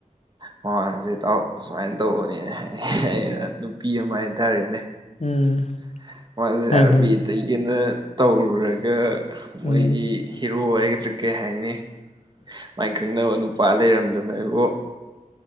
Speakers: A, on the right (about 30°); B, on the left (about 55°).
A: ꯑ ꯃꯃꯥꯡꯁꯦ ꯇꯥꯎꯔꯛꯄ ꯁꯨꯃꯥꯏꯅ ꯇꯧꯕꯅꯤꯅ ꯑꯩꯅ ꯅꯨꯄꯤ ꯑꯃ ꯍꯥꯏꯇꯥꯔꯦꯅꯦ
B: ꯎꯝ
A: <unintelligible> <unintelligible>
B: ꯐꯔꯦ ꯐꯔꯦ
A: ꯎꯔꯨꯔꯒꯥ ꯃꯣꯏꯒꯤ
B: ꯎꯝ
A: ꯍꯤꯔꯣ ꯔꯨ ꯑꯩꯒꯗꯔꯥ ꯀꯩ ꯍꯥꯏꯅꯤ ꯃꯥꯏ ꯈꯪꯅꯕ <unintelligible> ꯄꯥ ꯂꯩꯔꯝꯗꯅ ꯑꯩꯕꯣ